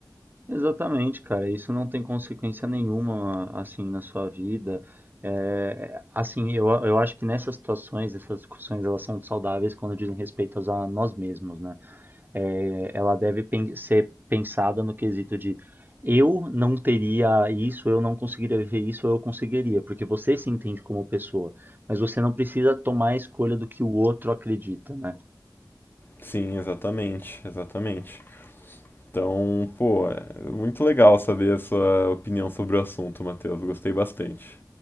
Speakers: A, on the right; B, on the left.
A: Exatamente, cara. Isso não tem consequência nenhuma, assim, na sua vida. É, assim, eu, eu acho que nessas situações, essas discussões, elas são saudáveis quando dizem respeito a nós mesmos, né? É, ela deve pen- ser pensada no quesito de eu não teria isso, eu não conseguiria viver isso, eu conseguiria, porque você se entende como pessoa, mas você não precisa tomar a escolha do que o outro acredita, né?
B: Sim, exatamente, exatamente. Então, pô, é muito legal saber a sua opinião sobre o assunto, Matheus. Gostei bastante.